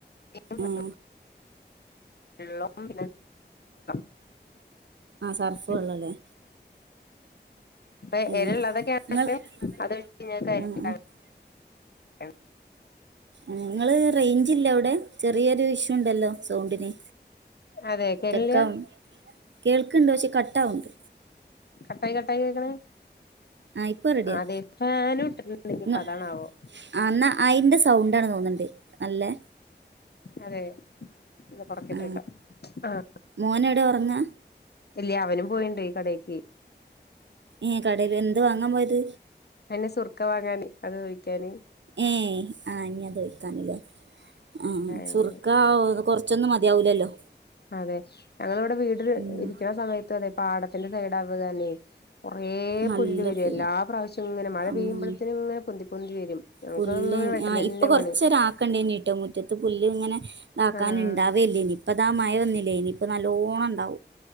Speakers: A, on the left (about 65°); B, on the right (about 85°).
A: ഉപ്പും
B: ഉം
A: വെള്ളവും <unintelligible>
B: ആഹ് സർഫു
A: അങ്ങനെ
B: വെള്ളല്ലേ
A: അപ്പൊ
B: ആ
A: എലള്ളതൊക്കെ ആണെങ്കിലും
B: നിങ്ങൾ
A: അത് ഒഴിച്ച് ഞാൻ
B: ആ ആ
A: <unintelligible>
B: നിങ്ങള് റേഞ്ചയില്ല അവിടെ ചെറിയൊരു ഇഷ്യൂ ഉണ്ടല്ലോ സൗണ്ടിന്
A: അതെ കേരള
B: തെക്ക കേൾക്കണ്ട് പക്ഷെ കട്ടാവുണ്ട്
A: കട്ടായി കട്ടായി കേക്കണ
B: ആ ഇപ്പം റെഡിയാ
A: അതെ ഫാനും ഇട്ടിട്ടണ്ടെ
B: നിങ്ങ
A: അതാണ ആവോ
B: ആ എന്നാ അതിൻ്റെ സൗണ്ടാണ് തോന്നുന്നുണ്ട് നല്ലേ
A: അതെ ഒന്ന് കൊറക്കട്ടെട്ടോ
B: ആ
A: ആഹ്
B: മോന് എവിടെ ഉറങ്ങാ
A: ഇല്ല അവനും പോയണ്ട് ഈ കടക്ക്
B: ഈ കടയിൽ എന്ത് വാങ്ങാൻ പോയത്
A: അതിന് സുർക്ക വാങ്ങാന് അത് ഒഴിക്കാന്
B: ഏയ് ആ ഇനി അത് ഒഴിക്കാനില്ലേ ആ
A: അങ്ങനെ
B: സുർ ക്കാ കുറച്ചൊന്നും മതിയാവില്ലല്ലോ
A: അതെ ഞങ്ങളിവിടെ വീട്
B: ഉം
A: ഇരിക്കണ സമയത്ത അതെ പാടത്തിന്റെ സൈഡ് ആവുകന്നേ കൊറേ
B: നല്ല
A: പുല്ല് വരും
B: ഫുൾ.
A: എല്ലാ പ്രാവശ്യവും ഇങ്ങനെ മഴ പെയ്യുമ്പോഴത്തിനും
B: ഉം
A: ഇങ്ങനെ പൊന്തി പൊന്തി വരും ഞങ്ങക്ക്
B: പുല്ല്
A: ഇങ്ങനെ വെട്ടലന്നെ
B: ആ ഇപ്പൊ കൊറച്ചര
A: പണി
B: ആക്കണ്ടീട്ടോ മുറ്റത്ത് പുല്ല് ഇങ്ങനെ ഇതാക്കാനൻ
A: ആഹ്
B: ഉണ്ടാവല്ലേനി ഇപ്പ ഇതാ മഴ വന്നില്ലേ ഇനിയിപ്പ നല്ലോണ്ണം ഉണ്ടാവും